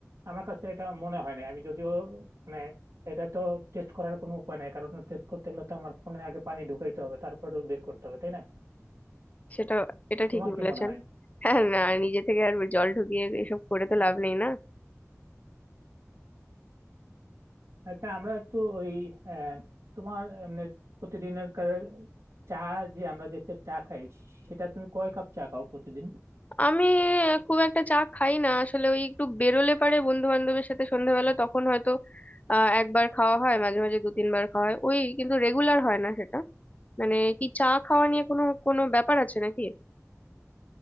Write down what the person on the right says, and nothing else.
আমার কাছে এটা মনে হয় না আমি যদিও মানে এটা তো টেস্ট করার কোনো উপায় নাই কারণ টেস্ট করতে গেলে তো আমার ফোনে আগে পানি ঢুকাইতে হবে তারপরে বের করতে হবে তাই না
তোমার
কি
মনে হয়
আচ্ছা আমরা একটু ওই আহ, তোমার এমনি প্রতিদিনের কার- চা যে আমরা যে চা খাই সেটা তুমি কয় কাপ চা খাও প্রতিদিন